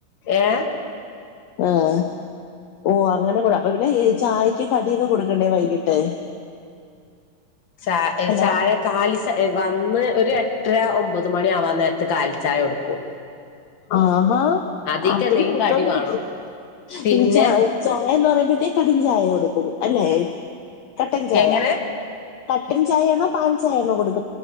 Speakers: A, on the left; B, on the left.
A: ഏ
B: ആഹ് ഓ അങ്ങനെ കൊട അപ്പ പിന്നെ ചായയ്ക്ക് കടിയൊക്കെ കൊടുക്കണ്ടേ വൈകിട്ട്
A: ച
B: ഹലോ
A: ചായ കാലി ചാ വന്ന് ഒര് ഒരു എട്ടര ഒമ്പത് മണി ആവാൻ നേരത്ത് കാലിചായ കൊടുക്കും
B: ആഹാ
A: അതിക്ക്
B: അ
A: എന്തെങ്കിലും
B: വണ്ട <unintelligible>
A: കടി വേണം
B: പറ്റില്ല
A: പിന്നെ
B: ഈ ച ചായന്ന് പറയ്മ്പ പിന്നെ കടും ചായ കൊടുക്കും അല്ലെ കട്ടൻ ചായ
A: എങ്ങനെ
B: കട്ടൻ ചായയാണോ പാൽ ചായ ആണോ കൊടുക്ക്